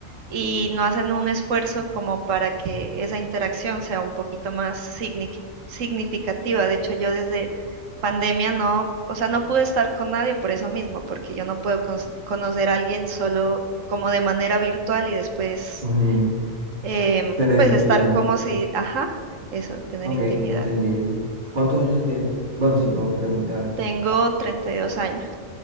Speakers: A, on the right; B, on the right.
A: y no hacen un esfuerzo como para que esa interacción sea un poquito más signiqui- significativa. De hecho, yo desde pandemia no, o sea, no pude estar con nadie por eso mismo, porque yo no puedo cons- conocer a alguien solo como de manera virtual y después,
B: Ujú.
A: em,
B: Tener
A: pues
B: intimidad.
A: estar como si, ajá, eso, tener
B: Ok,
A: intimidad.
B: entendible. ¿Cuántos años tienes? Bueno, si puedo preguntar.
A: Tengo 32 años.